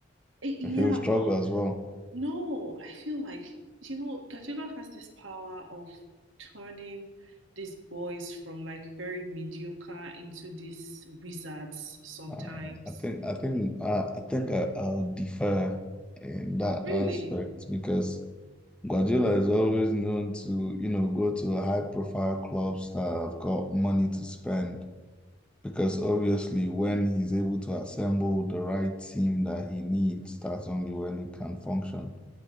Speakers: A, on the right; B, in the centre.
A: yeah,
B: He will struggle
A: but
B: as well.
A: no, I feel like, you know, Guardiola has this power of turning these boys from like very mediocre into these wizards sometimes.
B: Uh, I think. I think. Uh, I think. I, I'll defer in that
A: Really.
B: aspect because Guardiola is always known to, you know, go to high-profile clubs that have got money to spend. Because obviously, when he's able to assemble the right team that he needs, that's only when he can function.